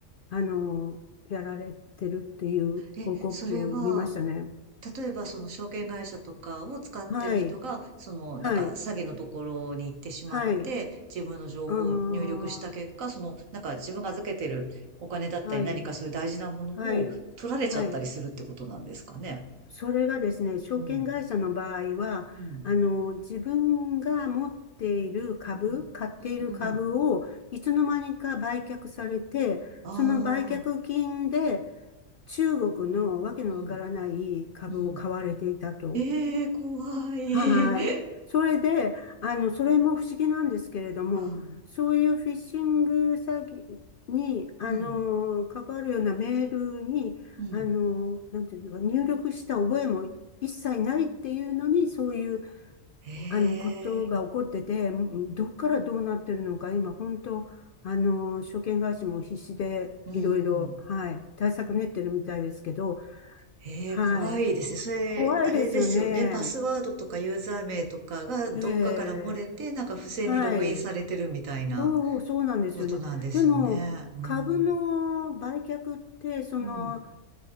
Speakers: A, on the left; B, on the right.
A: あの、やられてるっていう報告見ましたね。
B: え、それは、例えばその証券会社とかを使ってる人が、
A: はい、
B: そのなんか詐欺のところに行ってしまって、
A: はい、はい、
B: 自分の情報を入力した結果、
A: ああ、
B: そのなんか自分が預けてるお金だったり何かそういう大事なものを取られちゃったりするってことなんですかね。
A: はい、はい、はい。それがですね、証券会社の場合は、
B: うん。うん。
A: あの、自分が持っている株、
B: うん。
A: 買っている株を、
B: うんうん。
A: いつの間にか売却されて、
B: あ
A: その売却金で
B: あ。
A: 中国のわけのわからない株を買われていたと。
B: うん。うん。ええ、怖い。
A: はい。
B: <laughs>
A: それで、あの、それも不思議なんですけれども、
B: うん。
A: そういうフィッシング詐欺に、あの、
B: うん。
A: 関わるようなメールに、
B: うん。
A: あの、なんていうのか、入力した覚えも一切ないっていうのに、そういう、
B: へ
A: あの、ことが起こってて、
B: え。
A: うんどっからどうなってるのか、今、本当、あの、証券会社も必死で、
B: うんうん。
A: いろいろ、はい、対策練ってるみたいですけど、
B: へえ、
A: はい。
B: 怖いですね。それ、
A: 怖いですよね。
B: あれですよね。パスワードとかユーザー名とかがどっかから漏れて、
A: ええ
B: なんか不正にログインされてるみたいな
A: はい。そう、そうなんですよね。
B: ことなんですよね。
A: でも、
B: うん。
A: 株の売却って、その、
B: うん。